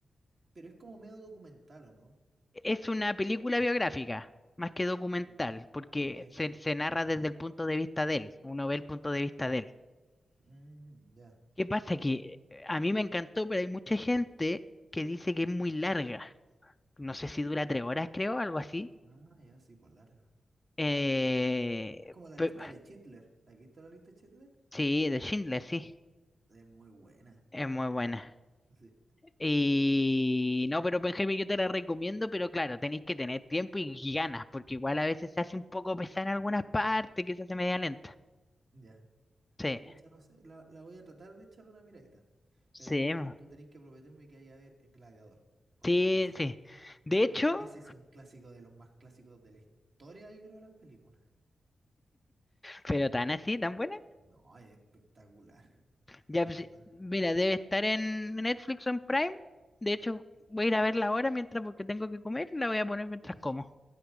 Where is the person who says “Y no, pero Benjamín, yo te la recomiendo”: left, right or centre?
Left